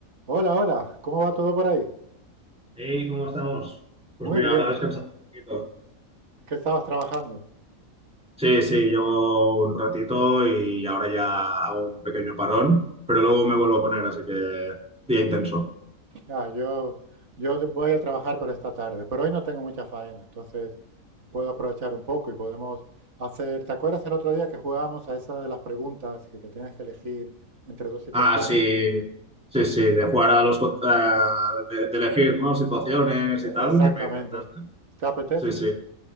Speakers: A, on the right; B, in the centre.
A: Hola, hola, ¿cómo va todo por ahí?
B: Hey, ¿cómo estamos? Pues
A: Muy
B: mira,
A: bien,
B: ahora descansando un poquito.
A: ¿Qué estabas trabajando.
B: Sí, sí, llevo un ratito y ahora ya hago un pequeño parón, pero luego me vuelvo a poner, así que día intenso.
A: Ah, yo, yo voy a trabajar por esta tarde, pero hoy no tengo mucha faena, entonces puedo aprovechar un poco y podemos hacer. ¿Te acuerdas el otro día que jugábamos a esa de las preguntas que, que tienes que elegir entre dos situaciones?
B: Ah, sí, sí, sí, de jugar a los... co- a- de, de elegir, ¿no? Situaciones
A: E-
B: y tal,
A: Exactamente.
B: que me comentaste.
A: ¿Te apetece?
B: Sí, sí.